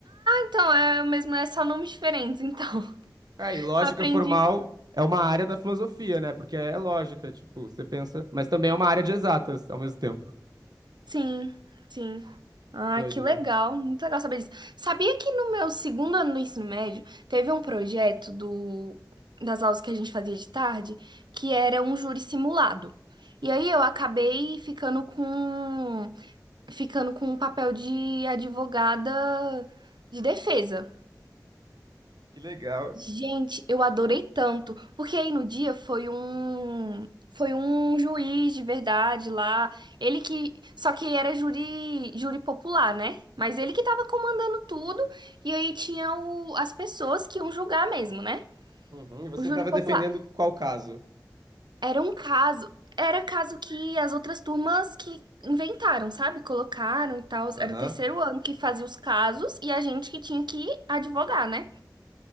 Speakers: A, on the right; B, on the right.
A: Então, é o mesmo, é só nomes diferentes, então. <laughs>
B: É, e lógica
A: Aprendi
B: formal
A: com
B: é uma área da filosofia, né? Porque é lógica, tipo, você pensa. Mas também é uma área de exatas ao mesmo tempo.
A: Sim, sim. ah
B: Doido,
A: que legal,
B: né?
A: muito legal saber disso. Sabia que no meu segundo ano do ensino médio teve um projeto do, das aulas que a gente fazia de tarde que era um júri simulado. E aí eu acabei ficando com ficando com um papel de advogada de defesa.
B: Que legal.
A: Gente, eu adorei tanto, porque aí no dia foi um foi um juiz de verdade lá, ele que só que era júri júri popular, né? Mas ele que tava comandando tudo e aí tinha o, as pessoas que iam julgar mesmo, né?
B: Uhum, E você
A: O júri
B: tava
A: popular.
B: defendendo qual caso?
A: Era um caso, era caso que as outras turmas que inventaram, sabe? Colocaram e tal,
B: Aham.
A: era o terceiro ano que fazia os casos e a gente que tinha que advogar, né?